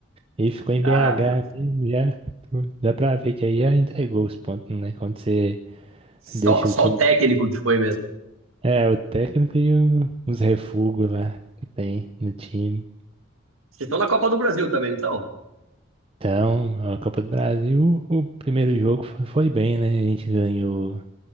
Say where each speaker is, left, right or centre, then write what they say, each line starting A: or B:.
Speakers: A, on the right; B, on the right.
A: ele ficou em
B: Caramba.
A: BH mesmo, já. Dá pra ver que aí já entregou os pontos, né? Quando você
B: Só,
A: deixa
B: só
A: o time.
B: o técnico que foi mesmo.
A: É, o técnico e o- os refugos lá que tem no time.
B: Vocês estão na Copa do Brasil também, não estão?
A: Então, a Copa do Brasil, o primeiro jogo foi foi bem, né? A gente ganhou.